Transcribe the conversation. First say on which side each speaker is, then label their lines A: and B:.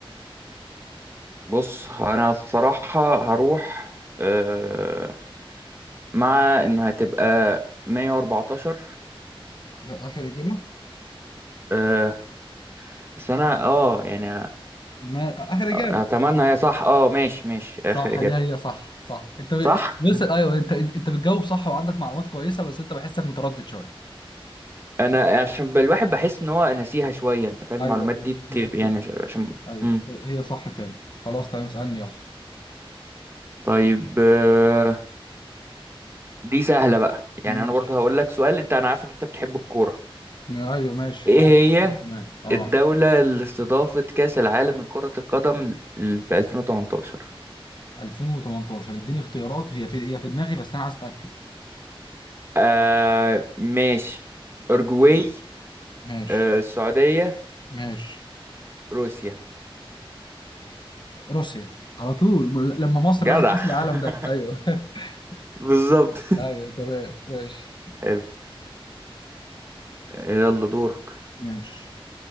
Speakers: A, on the right; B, on the left.
A: بص انا الصراحة هروح آه مع انها هتبقى 114
B: اخر آخر اجابه
A: آه بس انا اه يعني
B: ما اخر اجابه
A: اتمنى هي صح اه ماشي ماشي اخر
B: صح
A: اجابه
B: هي هي صح صح انت ب...
A: صح
B: بص ايوه انت انت انت بتجاوب صح وعندك معلومات كويسه بس انت بحسك متردد شويه
A: انا عشان الواحد بحس ان هو ناسيها شويه انت فاهم
B: ايوه
A: المعلومات دي بتبقى
B: بس
A: يعني عش- عشان
B: ايوه
A: امم
B: هي صح فعلا خلاص تمام اسالني يلا
A: طيب آه، دي سهله بقى يعني
B: ماشي
A: انا برضو هقول لك سؤال انت انا عارفك انت بتحب الكوره
B: ما- ايوه ماشي
A: ايه
B: لا تمام
A: هي
B: اه
A: الدوله اللي استضافت كاس العالم لكره القدم ل- في 2018
B: 2018 اديني اختيارات هي في هي في دماغي بس انا عايز اتاكد
A: آه ماشي اورجواي
B: ماشي
A: آه السعوديه
B: ماشي
A: روسيا
B: روسيا على طول ما- لما مصر
A: جدع
B: راحت كاس العالم ده
A: <laughs>
B: ايوه <laughs>
A: بالظبط
B: ايوه تمام ماشي
A: <laughs> يلا دورك
B: ماشي